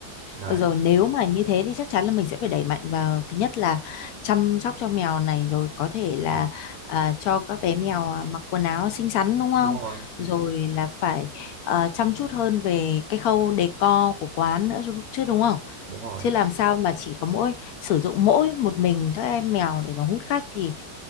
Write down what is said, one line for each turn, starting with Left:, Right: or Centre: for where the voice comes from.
Right: đấy
Left: Được rồi nếu mà như thế thì chắc chắn là mình sẽ phải đẩy mạnh vào thứ nhất là chăm sóc cho mèo này rồi có thể
Right: đúng
Left: là
Right: rồi
Left: à, cho các bé mèo à, mặc quần áo xinh xắn đúng không?
Right: đúng rồi Ừ.
Left: Rồi là phải à, chăm chút hơn về cái khâu decor của quán nữa chứ chứ đúng không?
Right: đúng rồi
Left: Chứ làm sao mà chỉ có mỗi sử dụng mỗi một mình các em mèo để mà hút khách thì